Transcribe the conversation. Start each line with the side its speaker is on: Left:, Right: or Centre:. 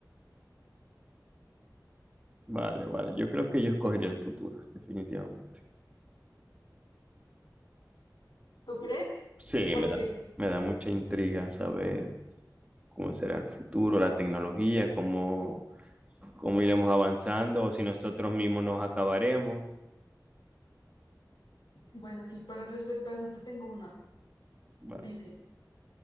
Right: Vale, vale. Yo creo que yo escogería el futuro, definitivamente.
Left: ¿Tú crees?
Right: Sí,
Left: ¿Por
Right: me
Left: qué?
Right: da, me da mucha intriga saber cómo será el futuro, la tecnología, cómo, cómo iremos avanzando o si nosotros mismos nos acabaremos.
Left: Bueno, sí, pero respecto a eso te tengo una.
Right: Va,
Left: Dice,